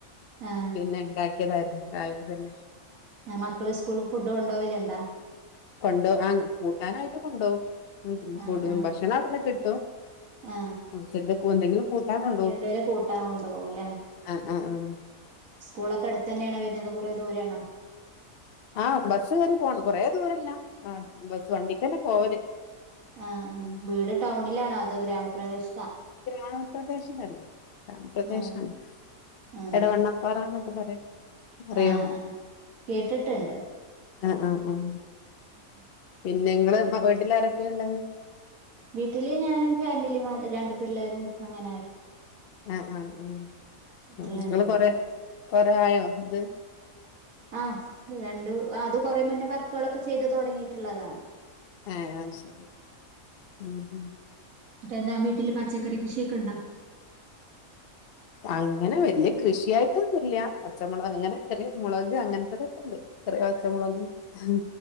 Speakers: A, on the right (about 70°); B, on the left (about 50°).
A: ആ
B: പിന്നെണ്ടാ ക്കിയതായിരുന്നു രാവിലെ തന്നെ
A: ഏഹ് മക്കള് സ്കൂളില് ഫുഡ് കൊണ്ടോവല്ണ്ടോ
B: കൊണ്ടോ ആഹ് കൂട്ടാനായിട്ട് കൊണ്ടോവും
A: ആ
B: ഫു
A: ആ
B: ഭക്ഷണം അവിടുന്ന് കിട്ടും
A: ആ
B: കൊറച്ചെന്തേ കു ന്തെങ്കിലും കൂട്ടാൻ കൊണ്ടോവും
A: എന്തേലും കൂട്ടാൻ കൊണ്ടുപോകും അല്ലേ
B: ആഹ് ആഹ് ആഹ്
A: സ്കൂളൊക്കെ അടുത്തെന്നേണോ വരുന്നത് കുറേ ദൂരേണോ
B: ആഹ് ബസ് കേറി പോണം കൊറേ ദൂരല്ല ആഹ് ബസ് വണ്ടിക്കന്നെ പോവല്
A: ആഹ് ആഹ്
B: ഉം
A: വീട് ടൗണിലാണോ അതോ ഗ്രാമപ്രദേശ
B: ഗ്രാമപ്രദേശം തന്നെ ഗ്രാമപ്രദേശാണ്
A: ആഹ് ആഹ്
B: എടവണ്ണ പ്പറാന്നൊക്കെ പറയും അറിയോ
A: ആഹ് ആഹ് കേട്ടിട്ട്ണ്ട്
B: ആഹ് ആഹ് ആഹ്
A: <inaudible>
B: പിന്നെ ഇങ്ങള് മ വീട്ട്ലാരൊക്കെണ്ട്
A: വീട്ടില് ഞാനും ഫാമിലി മാ രണ്ട് പിള്ളേരും അങ്ങനായിട്ട്
B: ആഹ് ആഹ് ആഹ്
A: മറ്റുള്ളവരൊന്നുമല്ല
B: ഇങ്ങള് കൊറേ കൊറേ ആയോ ഇത്
A: ആഹ് രണ്ടു അത് കൊറേ മുന്നേ വർക്കുകളൊക്കെ ചെയ്തു തൊടങ്ങിയിട്ടുള്ളതാണ്
B: ഏഹ് ആഹ് ശരി ഉം ഉം
A: പ്പെന്നാ വീട്ടില് പച്ചക്കറി കൃഷിയൊക്കെ ണ്ടോ
B: അങ്ങനെ വല്യ കൃഷിയായിട്ടൊന്നുല്ല്യ പച്ചമൊളക് അങ്ങനെ ചെറിയ മൊളക് അങ്ങനത്തെതൊക്കെ ണ്ട് ചെറിയ പച്ചമൊളക് ഹ്